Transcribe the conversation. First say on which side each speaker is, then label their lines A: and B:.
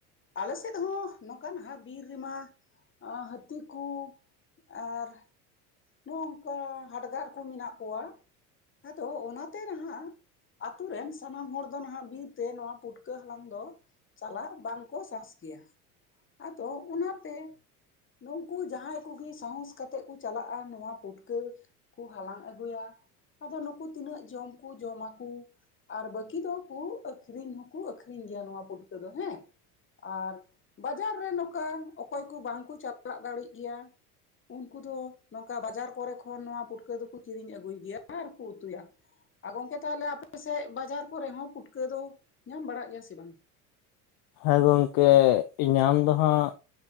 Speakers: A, on the left (about 25°); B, on the left (about 50°).
A: ᱟᱞᱮ ᱥᱮᱫ ᱦᱚᱸ ᱱᱚᱠᱟᱱ ᱱᱟᱦᱟᱜ ᱵᱤᱨ ᱨᱮᱢᱟ ᱟᱸ ᱦᱟᱹᱛᱤ ᱠᱩ ᱟᱨ ᱱᱚᱜ-ᱚᱝᱠᱟ ᱦᱟᱰᱜᱟᱨ ᱠᱚ ᱢᱮᱱᱟᱜ ᱠᱚᱣᱟ ᱟᱫᱚ ᱚᱱᱟᱛᱮ ᱱᱟᱦᱟᱜ ᱟᱛᱩ ᱨᱮᱱ ᱥᱟᱱᱟᱢ ᱦᱚᱲ ᱫᱚ ᱱᱟᱦᱟᱜ ᱵᱤᱨᱛᱮ ᱱᱚᱣᱟ ᱯᱩᱴᱠᱟᱹ ᱦᱟᱞᱟᱝ ᱫᱚ ᱪᱟᱞᱟᱜ ᱵᱟᱝᱠᱚ ᱥᱟᱦᱚᱥ ᱜᱮᱭᱟ ᱾ ᱟᱫᱚ ᱚᱱᱟ ᱛᱮ ᱱᱩᱝᱠᱩ ᱡᱟᱦᱟᱸᱭ ᱠᱩᱜᱤ ᱥᱟᱦᱚᱸᱥ ᱠᱟᱛᱮ ᱠᱚ ᱪᱟᱞᱟᱜ-ᱟ ᱱᱚᱣᱟ ᱯᱩᱴᱠᱟᱹ ᱠᱩ ᱦᱟᱞᱟᱝ ᱟᱹᱜᱩᱭᱟ, ᱟᱫᱚ ᱱᱩᱠᱩ ᱛᱤᱱᱟᱹᱜ ᱡᱚᱢ ᱠᱩ ᱡᱚᱢᱟᱠᱩ ᱾ ᱟᱨ ᱵᱟᱹᱠᱤ ᱫᱚᱠᱩ ᱟᱹᱠᱷᱨᱤᱧ ᱦᱚᱸᱠᱩ ᱟᱹᱠᱷᱨᱤᱧ ᱜᱮᱭᱟ ᱱᱚᱶᱟ ᱯᱩᱴᱠᱚᱹ ᱫᱚ ᱦᱮᱸ ᱾ ᱟᱨ ᱵᱟᱡᱟᱨ ᱨᱮ ᱱᱚᱠᱟ ᱚᱠᱚᱭ ᱠᱩ ᱵᱟᱝᱠᱩ ᱪᱟᱞᱟᱜ ᱫᱟᱲᱮᱜ ᱜᱮᱭᱟ ᱩᱱᱠᱩ ᱫᱚ ᱱᱚᱝᱠᱟ ᱵᱟᱡᱟᱨ ᱠᱚᱨᱮ ᱠᱷᱚᱱ ᱱᱚᱣᱟ ᱯᱩᱴᱠᱟᱹ ᱫᱚᱠᱚ ᱠᱤᱨᱤᱧ ᱟᱹᱜᱩᱭ ᱜᱮᱭᱟ ᱟᱨᱠᱚ ᱩᱛᱩᱭᱟ ᱾ ᱟ ᱜᱚᱝᱠᱮ ᱛᱟᱦᱟᱞᱮ ᱟᱯᱮ ᱥᱮᱪ ᱵᱟᱡᱟᱨ ᱠᱚᱨᱮ ᱦᱚᱸ ᱯᱩᱴᱠᱟᱹ ᱫᱚ ᱧᱟᱢ ᱵᱟᱲᱟᱜ ᱜᱮᱭᱟ ᱥᱮ ᱵᱟᱝ?
B: ᱦᱮᱸ ᱜᱚᱝᱠᱮ ᱧᱟᱢ ᱫᱚ ᱦᱟᱸᱜ